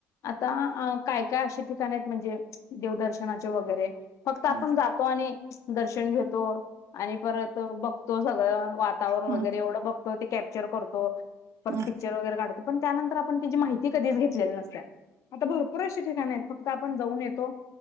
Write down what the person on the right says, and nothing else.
हम्म
हम्म
हम्म